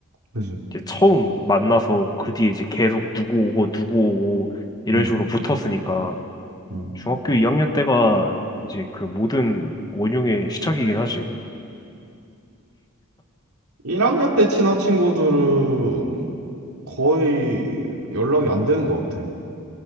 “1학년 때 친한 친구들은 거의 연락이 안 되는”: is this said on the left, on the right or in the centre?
Right